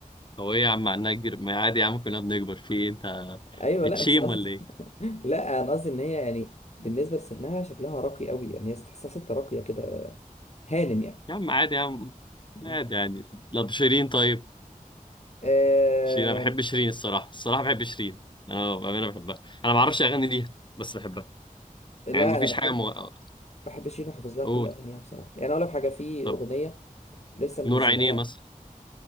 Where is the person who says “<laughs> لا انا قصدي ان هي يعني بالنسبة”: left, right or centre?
Left